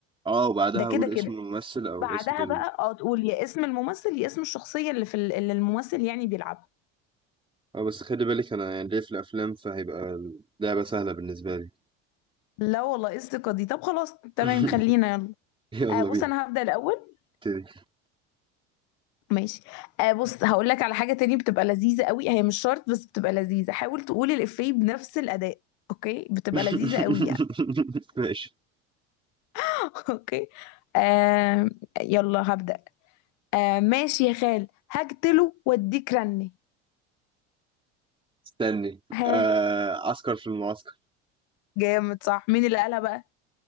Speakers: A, on the right; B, on the left.
A: اه وبعدها
B: ده كده
A: اقول
B: كده
A: اسم الممثل او
B: بعدها
A: اسم ال...
B: بقى اه تقول يا اسم الممثل يا اسم الشخصية اللي في ال... اللي الممثل يعني بيلعبها
A: اه بس خلي بالك انا يعني ليه في الافلام فهيبقى اللعبه سهله بالنسبه لي
B: لا والله ايه الثقة دي طب خلاص تمام
A: <laughs>
B: خلينا يلا
A: يلا
B: أه
A: بينا
B: بص انا هبدأ الاول
A: ابتدي
B: ماشي آه بص هقول لك على حاجة تانية بتبقى لذيذة قوي هي مش شرط بس بتبقى لذيذة حاول تقول الإفيه بنفس الأداء اوكي بتبقى
A: <laughs>
B: لذيذة قوي يعني
A: ماشي
B: <laughs> اوكي آه يلا هبدأ آه ماشي يا خال هقتله واديك رني
A: استني
B: ها
A: آه... عسكر في المعسكر
B: جامد صح مين اللي قالها بقى